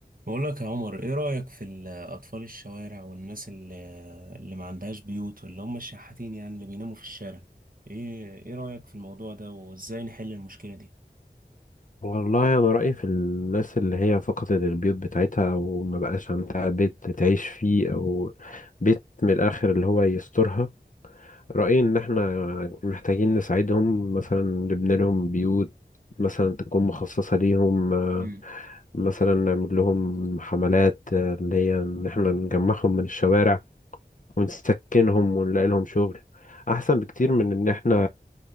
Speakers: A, on the right (about 55°); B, on the left (about 50°).
A: بقول لك يا عمر ايه رأيك في ال- اطفال الشوارع والناس اللي, اللي ما عندهاش بيوت واللي هم الشحاتين يعني اللي بيناموا في الشارع ايه ايه رأيك في الموضوع ده وازاي نحل المشكلة دي
B: والله انا رايي في الناس اللي هي فقدت البيوت بتاعتها او ما بقاش عندها بيت تعيش فيه او بيت من الاخر اللي هو يسترها رايي ان احنا محتاجين نساعدهم مثلا نبني لهم بيوت مثلا تكون مخصصه ليهم آه،
A: مم.
B: مثلا نعمل لهم حملات آه، اللي هي ان احنا نجمعهم من الشوارع ونسكنهم ونلاقي لهم شغل احسن بكتير من ان احنا